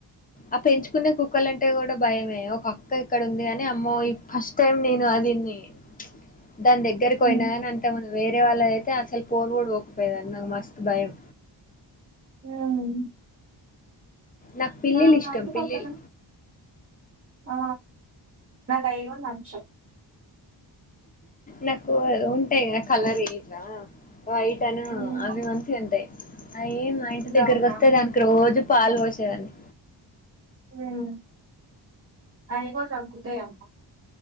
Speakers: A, on the left (about 20°); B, on the right (about 30°).
A: ఆ పెంచ్ కునే కుక్కలు అంటే కూడా బయమే ఒక అక్క ఇక్కడ ఉంది గాని అమ్మోయి ఇ ఫస్ట్ టైం నేను అ దిన్ని దాని దగ్గెరికి
B: హ్మ్.
A: ఒయిన గాని అంతకు ముందు వేరే వాళ్ళదైతే అసల్ పోను కూడ ఒక్ పోయేదాన్ని నాకు మస్తు బయం
B: యా ఉ
A: నాకు పిల్లిలిష్టం.
B: నా వండికొ
A: పిల్లిలు
B: కణం ఆ నాక్ అయి కూడా నచ్చవు
A: నాకు అ ఉంటయి ఆ కలరి గిట్లా వైటను
B: హ్మ్.
A: అవి మంచిగ ఉంటయి అయి మా ఇంటి
B: బ్రౌనా?
A: దగ్గరకి ఒస్తే దానికి రోజు పాలు పోసే దాన్ని
B: ఉమ్ అయిగో సంకుతయి అమ్మ